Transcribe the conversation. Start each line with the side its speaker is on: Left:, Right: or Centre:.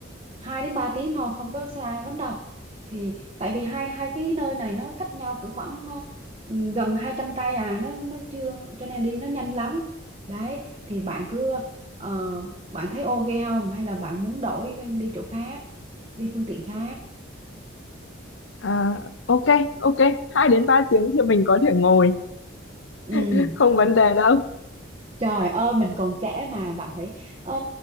Right: 2 đến 3 tiếng thôi không có xa lắm đâu thì tại vì hai hai cái nơi này nó cách nhau cỡ khoảng ờ, gần 200 cây à nó nó chưa cho nên đi nó nhanh lắm đấy thì bạn cứ ờ, bạn thấy ok không hay là bạn muốn đổi đi chỗ khác đi phương tiện khác
Left: À, ok, ok, 2 đến 3 tiếng thì mình có thể ngồi,
Right: ừ
Left: <laughs> không vấn đề đâu.
Right: Trời ơi mình còn trẻ mà bạn phải ờ,